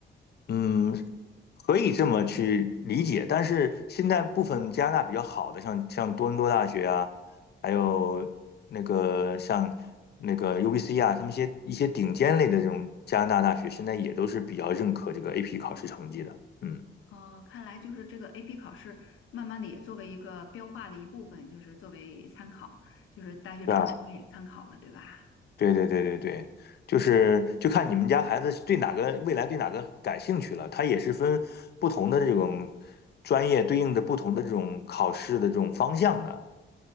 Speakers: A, on the left (about 55°); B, on the left (about 85°).
A: 嗯，可以这么去理解，但是现在部分加拿大比较好的，像像多伦多大学啊，还有那个像那个 UBC 啊，他们一些一些顶尖类的这种加拿大大学，现在也都是比较认可这个 AP 考试成绩的，嗯，
B: 哦，看来就是这个 AP 考试，慢慢的也作为一个标化的一部分，就是作为参考，就是大学招生官也参考了，
A: 对吧？
B: 对吧？
A: 对对对对对，就是就看你们家孩子对哪个未来对哪个感兴趣了，他也是分不同的这种专业对应的不同的这种考试的这种方向的。